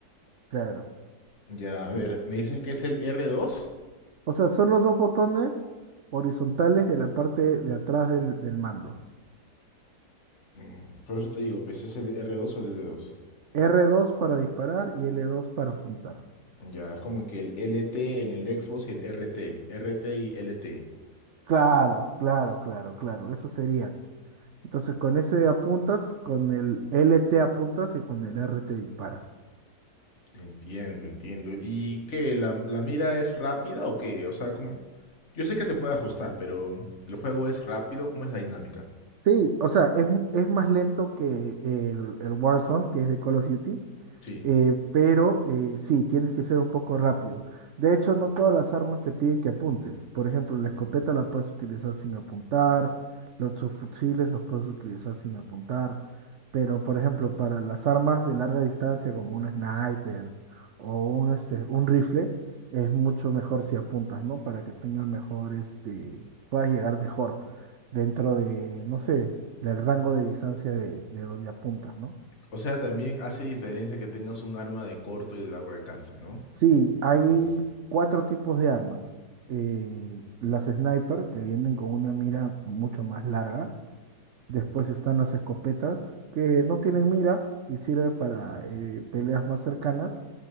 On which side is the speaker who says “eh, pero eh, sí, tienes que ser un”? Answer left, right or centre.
Right